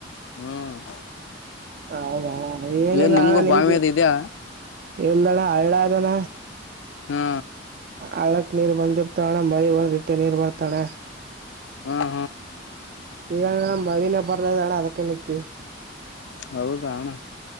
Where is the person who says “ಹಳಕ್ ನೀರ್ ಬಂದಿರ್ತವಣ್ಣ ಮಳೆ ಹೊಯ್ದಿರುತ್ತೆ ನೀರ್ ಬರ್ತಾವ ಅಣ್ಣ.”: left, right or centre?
Right